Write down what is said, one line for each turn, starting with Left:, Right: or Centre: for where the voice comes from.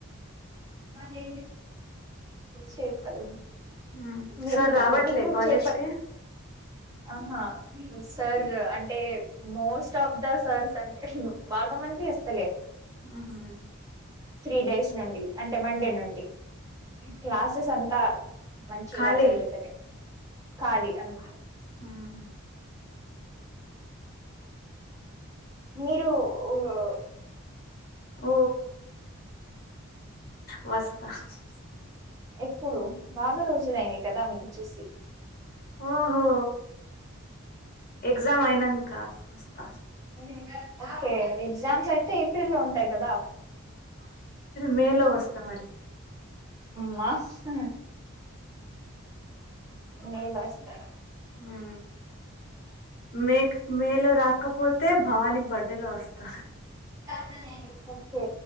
Right: మరి ఏ చేపలు
Left: ఉం
Right: మీ
Left: సరే రావట్లే
Right: మీకు
Left: కాలేజీకి
Right: చేప ఆహా సార్ అంటే మోస్ట్ ఆఫ్ ద సార్స్ అంటే బాగా మంది వస్తలేరు.
Left: ఆహా
Right: త్రీ డేస్ నుండి అంటే మండే నుండి క్లాసెస్ అంతా. మంచిగా
Left: ఖాళీ
Right: జరగతలే. ఖాళీ అను
Left: ఉం
Right: మీరు ఓ ఓ
Left: ఓ వస్తా. <unintelligible>
Right: ఎప్పుడు బాగా రోజులయింది కదా మీకు చూసి
Left: ఓహో ఎగ్జామ్ అయినంకా వస్త.
Right: ఇంకా ఫెల్ ఎగ్జామ్స్ అయితే ఏప్రిల్ లో ఉంటాయి కదా.
Left: మేలో వోస్తా మరి.
Right: మస్త్ మే లాస్తారా.
Left: ఉ మే మేలో రాకపోతే భవానీ బర్డే లో వస్తా.
Right: వస్తా నేను ఓకే